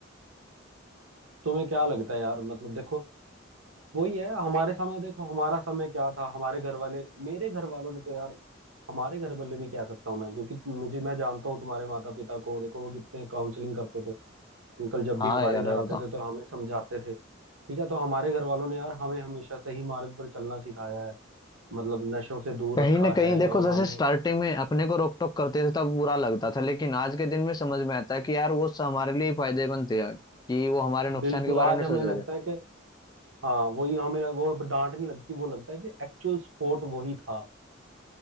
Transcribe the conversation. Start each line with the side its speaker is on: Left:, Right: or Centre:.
Right: तुम्हें क्या लगता है यार मतलब देखो वही है हमारे समय देखो हमारा समय क्या था हमारे घर वाले मेरे घर वालों ने तो यार हमारे घर वाले भी कह सकता हूँ मैं क्योंकि मुझे मैं जानता हूँ तुम्हारे माता पिता को देखो वो कितने काउंसलिंग करते थे अंकल जब
Left: हाँ
Right: भी हमारे
Left: यार
Right: घर
Left: वो
Right: आते
Left: तो
Right: थे तो हमें समझाते थे ठीक है तो हमारे घर वालों ने यार हमें हमेशा सही मार्ग पर चलना सिखाया है मतलब नशों से दूर
Left: कहीं
Right: रखा
Left: ना कहीं
Right: है
Left: देखो
Right: और
Left: जैसे
Right: हमें
Left: स्टार्टिंग में अपने को रोक टोक करते थे तब बुरा लगता था लेकिन आज के दिन में समझ में आता है कि यार वो हमारे लिए ही फायदेमंद थे यार कि वो हमारे नुकसान
Right: बिल्कुल
Left: के
Right: आज
Left: बारे में नहीं
Right: हमें
Left: सोच
Right: लगता
Left: रहे थे
Right: है कि हाँ वही हमें वो अब डांट नहीं लगती वो लगता है कि एक्चुअल सपोर्ट वही था